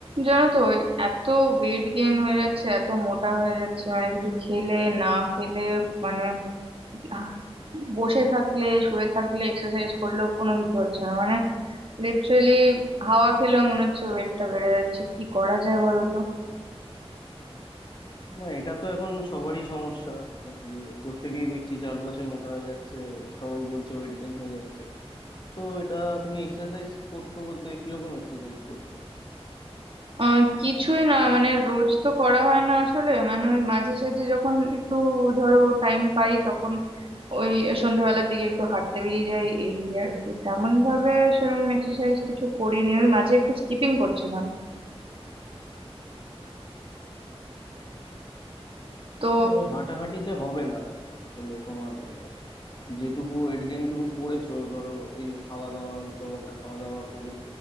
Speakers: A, on the right; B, on the left.
A: জানো তো ওই এত ওয়েট গেইন হয়ে যাচ্ছে এত মোটা হয়ে যাচ্ছে মানে কিছু খেলে না খেলে মানে আহ, বসে থাকলে শুয়ে থাকলে এক্সারসাইজ করলেও কোনো কিছু হচ্ছে না মানে লিটারেলি হাওয়া খেলেও মনে হচ্ছে ওয়েটটা বেড়ে যাচ্ছে কি করা যায় বলো তো
B: না এটা তো এখন সবারই সমস্যা যে প্রত্যেকেই দেখছি চারপাশে মোটা হয়ে যাচ্ছে সবাই বলছে ওয়েট গেইন হয়ে যাচ্ছে তো এটা তুমি এক্সারসাইজ করছো বলতে কিরকম এক্সারসাইজ করছো
A: আহ কিছুই না মানে রোজ তো করা হয় না আসলে মানে ওই মাঝে সাঝে যখন একটু ধরো টাইম পাই তখন ওই সন্ধ্যেবেলার দিকে একটু হাঁটতে বেরিয়ে যাই এই আর কি তেমন ভাবে সেরকম এক্সারসাইজ কিছু করিনি ওই মাঝে একটু স্কিপিং করছিলাম তো
B: না, ওই হাঁটাহাঁটিতে হবে না আসলে তোমার আহ, যেটুকু ওয়েট গেইন তুমি করেছো ধরো এই খাওয়া দাওয়া উল্টো পাল্টা খাওয়া দাওয়া করে